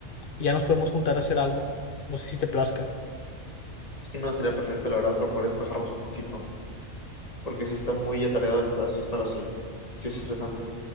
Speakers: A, on the left; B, on the left.
A: Ya nos podemos juntar a hacer algo. No sé si te plazca.
B: Así que no, estaría perfecto, la verdad, para poder despejarnos un poquito, porque sí está muy atareado estar así, estar así. Sí es estresante.